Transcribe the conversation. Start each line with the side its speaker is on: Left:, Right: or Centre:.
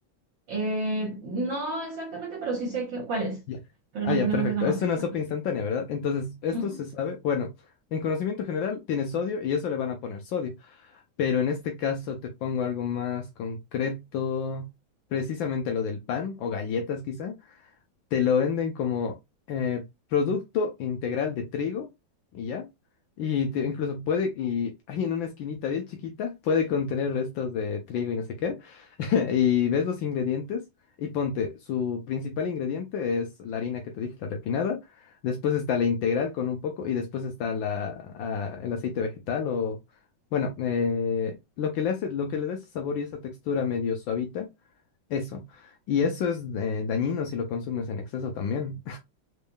Right: Eh, no exactamente, pero sí sé que, cuál es,
Left: Ya.
Right: pero
Left: Ah,
Right: no
Left: ya,
Right: tenemos
Left: perfecto.
Right: esa marca.
Left: Es una sopa instantánea, ¿verdad? Entonces,
Right: <laughs>
Left: esto
Right: Ujú.
Left: se sabe. Bueno, en conocimiento general tiene sodio y eso le van a poner sodio. Pero en este caso te pongo algo más concreto, precisamente lo del pan o galletas quizá te lo venden como eh, producto integral de trigo y ya. Y te- incluso puede, y <laughs> ahí en una esquinita bien chiquita, puede contener restos de trigo y no sé qué. <laughs> Y ves los ingredientes y ponte, su principal ingrediente es la harina que te dije, la refinada. Después está la integral con un poco y después está la, ah, el aceite vegetal o, bueno, eh, lo que le hace, lo que le da ese sabor y esa textura medio suavita eso. Y eso es eh, dañino si lo consumes en exceso también.